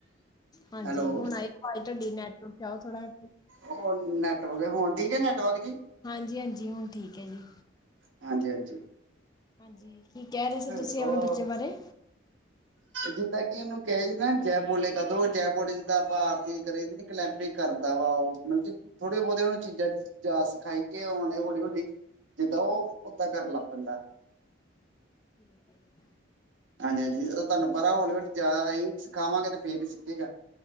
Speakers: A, on the left (about 20°); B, on the right (about 75°).
A: ਹਾਂਜੀ,
B: ਹੈਲੋ
A: ਹੁਣ ਆਈ ਅਵਾਜ਼ ਤੁਹਾਡੀ ਨੈਟਵਰਕ'ਚ ਆਓ ਥੋੜਾ।
B: ਉਹ ਨੈਟਵਰਕ, ਹੁਣ ਠੀਕ ਐ ਨੈਟਵਰਕ ਜੀ?
A: ਹਾਂਜੀ-ਹਾਂਜੀ, ਹੁਣ ਠੀਕ ਹੈ ਜੀ।
B: ਹਾਂਜੀ-ਹਾਂਜੀ।
A: ਹਾਂਜੀ, ਕੀ ਕਹਿ ਰਹੇ ਸੀ ਤੁਸੀਂ,
B: ਸੋ
A: ਅਪਣੇ ਬੱਚੇ ਬਾਰੇ?
B: ਜਿੱਦਾਂ ਕਿ ਇਹਨੂੰ ਕਹੀਦਾ ਸੀ ਨਾ ਜੈ ਬੋਲੇ ਕਰਦੋ, ਜੈ ਬੋਲੇ ਜਿੱਦਾਂ ਆਪਾਂ ਆਰਤੀ ਕਰੀ ਕਲੈਂਪੇ ਕਰਦਾ ਵਾ ਉਹ, ਮਤਲਬ ਕਿ ਥੋੜੇ-ਬਹੁਤੇ ਉਹਨੂੰ ਚੀਜ਼ਾਂ ਜਾਚ ਸਿਖਾਈ ਕਿ ਏ ਹੌਲੀ-ਹੌਲੀ ਤਾਂ ਉਹ, ਓਦਾਂ ਕਰਨ ਲੱਗ ਪੈਂਦਾ।
A: ਠੀਕ ਏ ਜੀ।
B: ਹਾਂਜੀ-ਹਾਂਜੀ ਤੁਹਾਨੂੰ ਪਤਾ ਹੌਲੀ-ਹੌਲੀ ਜਾਚ ਆਈ, ਸਿਖਾਵਾਂਗੇ ਤੇ ਫੇਰ ਈ ਸਿੱਖੇਗਾ।